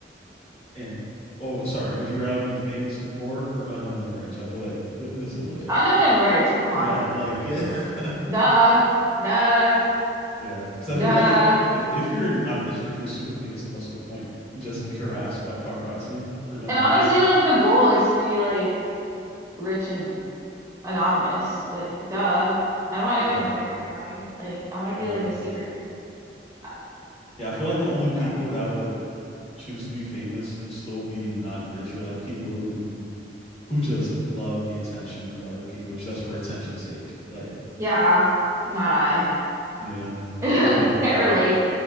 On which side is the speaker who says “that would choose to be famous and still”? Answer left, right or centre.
Left